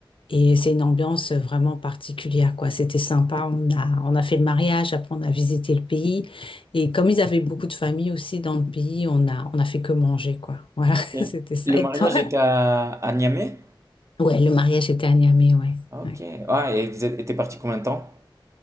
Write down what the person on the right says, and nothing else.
Ok.
Le
mariage
était à, à Niamey?
Ah, Ok.
Ah, et vous êtes- t'es parti combien de temps?